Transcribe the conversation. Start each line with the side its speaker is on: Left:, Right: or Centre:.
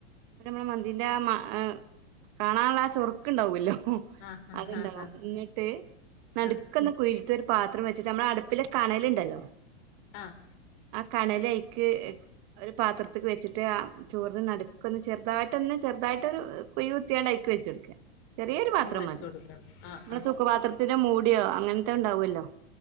Right: പിന്നംള മന്തിന്റാ മ എഹ് കാണാള്ള ആഹ് ചൊർക്കിണ്ടാവ്വോല്ലോ
Left: ആഹ് ആഹ്
Right: അത്ണ്ടാവും
Left: ആഹ്
Right: ഇന്നിട്ട് നട്ക്കൊന്ന്
Left: ആഹ് ആഹ്
Right: കുയ് ത്തൊരും പാത്രം വെച്ചിട്ട് അംളാട്പ്പിലെ കണലിണ്ടല്ലോ
Left: ആഹ്
Right: ആഹ് കണലൈക്ക് ഒരു പാത്രത്തിക്ക് വെച്ചിട്ട് ആൻഅ ചോർന് നട് കൊന്ന് ചെർതായിട്ടൊന്ന് ചെർതായിട്ടൊരു കുയി കുത്ത്യാണ്ട് അയ്ക്ക് വെച്ചൊട്ക്ക ചെറ്യോരു പാത്രം
Left: അങ്ങ് വച്ച്
Right: മതി
Left: കൊടുക്കണം ആഹ്
Right: അംള
Left: ആഹ്
Right: തൂക്കു പാത്രത്തിന്റെ മൂടിയോ അങ്ങൻത്തെ ഇണ്ടാവൊല്ലോ